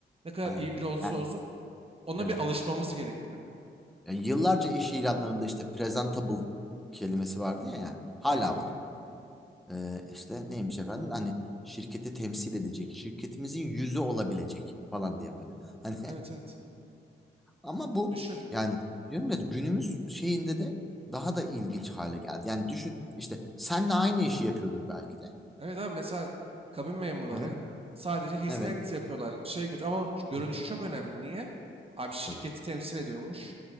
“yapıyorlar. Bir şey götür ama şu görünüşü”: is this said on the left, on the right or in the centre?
Right